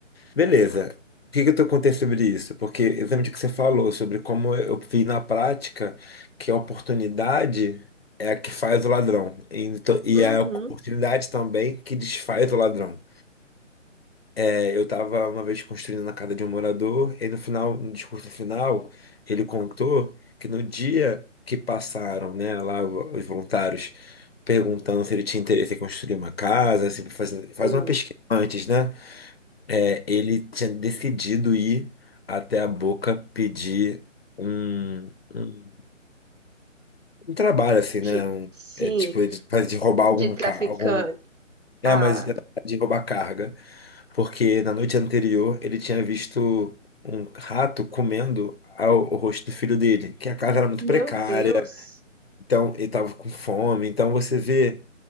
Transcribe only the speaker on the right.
Uhum,
sim.
De-
sim,
de traficante.
Ah.
Meu
Deus,